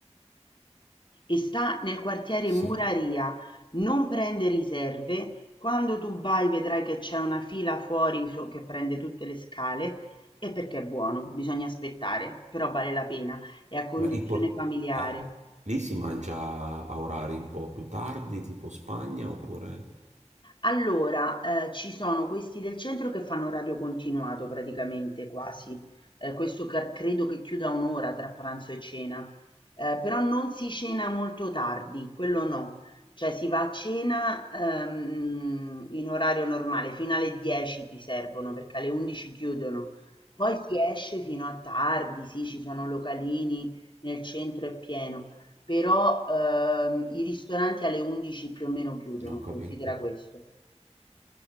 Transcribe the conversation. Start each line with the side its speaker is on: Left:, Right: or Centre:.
Left: e sta nel quartiere
Right: sì.
Left: Muraria, non prende riserve, quando tu vai vedrai che c'è una fila fuori so- che prende tutte le scale e perché è buono, bisogna aspettare, però vale la pena, è a conduzione
Right: Ma il por-
Left: familiare.
Right: eh, lì si mangia a orari un po' più tardi, tipo Spagna, oppure...
Left: Allora, ehm, ci sono questi del centro che fanno orario continuato praticamente quasi, ehm, questo ca credo che chiuda 1 ora tra pranzo e cena, ehm, però non si cena molto tardi, quello no. Cioè si va a cena, ehm, in orario normale, fino alle 10 ti servono perché alle 11 chiudono. Poi si esce fino a tardi, sì, ci sono localini, nel centro è pieno, però, ehm, i ristoranti alle 11 più o meno chiudono,
Right: Non ho capito.
Left: considera questo.